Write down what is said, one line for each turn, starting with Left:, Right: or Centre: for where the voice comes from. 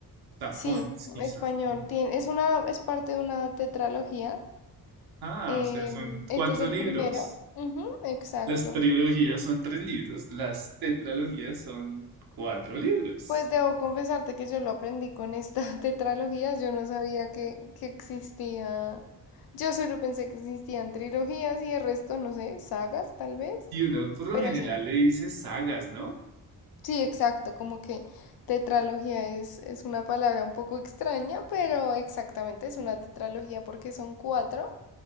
Right: Safón,
Left: Sí,
Right: sí,
Left: español.
Right: Safón.
Left: Tiene, es una, es parte de una tetralogía.
Right: Ah,
Left: em,
Right: o sea, son
Left: este
Right: cuatro
Left: es el
Right: libros.
Left: primero. Ujú, exacto.
Right: Las trilogías son tres libros, las tetralogías son cuatro libros.
Left: Pues debo confesarte que yo lo aprendí con esta <laughs> tetralogía, yo no sabía que, que existía, yo solo pensé que existían trilogías y el resto, no sé, sagas tal vez,
Right: Y uno por lo
Left: pero
Right: general
Left: sí,
Right: le dice sagas, ¿no?
Left: sí, exacto, como que tetralogía es, es una palabra un poco extraña, pero exactamente es una tetralogía porque son cuatro,